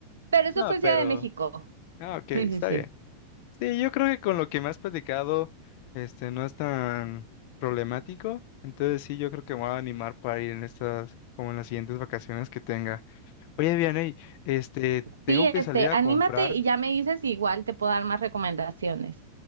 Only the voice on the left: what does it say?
No,
pero,
ah, ok,
está
bien. Sí, yo creo que con lo que me has platicado, este, no es tan problemático. Entonces sí, yo creo que me voy a animar para ir en estas, como en las siguientes vacaciones que tenga. Oye, Vianey, este, tengo
que
salir a
comprar.